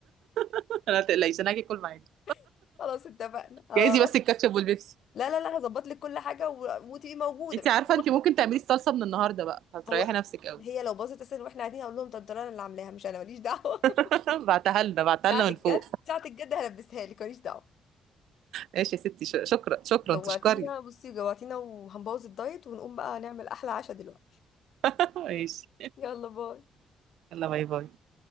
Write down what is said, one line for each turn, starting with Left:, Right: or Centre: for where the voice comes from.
Right: <laughs> انا تقلقيش انا هاجي اكل معاكي
Left: <laughs> خلاص اتفقنا اه
Right: جايزي بس الكاتشب والبيبسي
Left: لا لا لا هظبط لك كل حاجه و- وتبقي موجوده
Right: انت
Left: بحيث
Right: عارفه انت ممكن تعملي الصلصه من النهارده بقى هتريحي
Left: هو
Right: نفسك قوي
Left: هي لو باظت اساسا واحنا قاعدين هقول لهم ده الدرارة أنا اللي عاملاها مش انا ماليش دعوه
Right: <laughs> بعتها لنا
Left: <laughs>
Right: بعتها
Left: ساعه
Right: لنا
Left: الجد
Right: من فوق
Left: ساعه الجد هلبسها لك ماليش دعوه
Right: ماشي يا ستي ش- شكرا شكرا
Left: جوعتينا
Right: تشكري
Left: بصي جوعتينا وهنبوظ الدايت ونقوم بقى نعمل احلى عشاء دلوقتي
Right: <laughs> ماشي
Left: يلا باي
Right: يلا باي باي